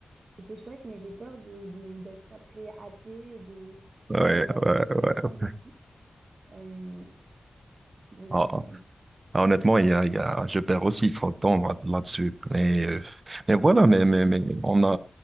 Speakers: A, on the right (about 70°); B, on the right (about 50°).
A: et c'est chouette, mais j'ai peur de, de- d'être après happée et de,
B: Ouais,
A: et de passer
B: ouais,
A: trop
B: ouais.
A: de temps dessus. Euh, donc,
B: Ah,
A: euh,
B: Ah, Honnêtement, il y a, il y a, je perds aussi trop de temps là- là-dessus. Mais, euh, mais voilà, mais, mais, mais on a,